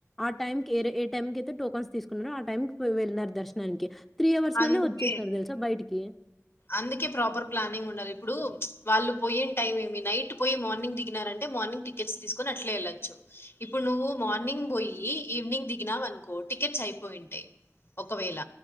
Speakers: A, in the centre; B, on the left.
A: ఆ టై ఏ టైమ్తే ట బన్ తీసుకున్నారు ఆ టైకి వెళ్ళినారు దర్శనానికి త్రీ అవర్స్ లోనే
B: అందుకే
A: వచ్చేసారు తెలుసా బయటికి కి
B: అందుకే ప్రాపర్ ప్లానింగ్ ఉండాలి ఇప్పుడు వాళ్ళు పోయన టైం ఏమి నైట్ పోయి మార్నింగ్ దిగినారంటే మార్నింగ్ టికెట్స్ తీసుకొని అట్లే వెళ్ళచ్చు ఇప్పుడు నువ్వు మార్నింగ్ పోయి ఈవినింగ్ దిగినావ అనుకో టికెట్స్ అయిపోయింటాయి ఒకవేళ